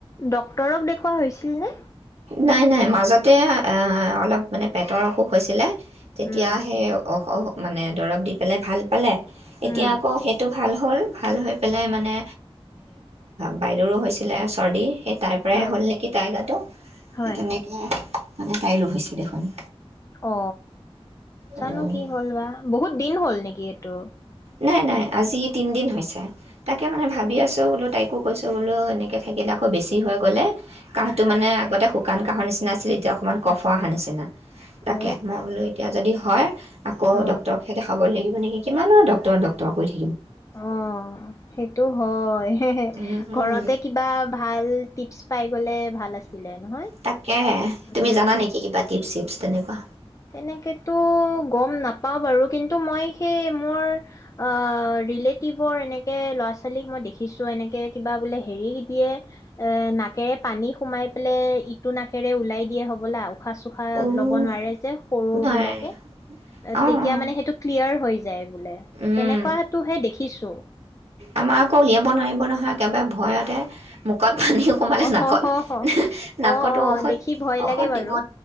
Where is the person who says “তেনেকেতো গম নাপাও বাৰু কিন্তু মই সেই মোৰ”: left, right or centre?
Left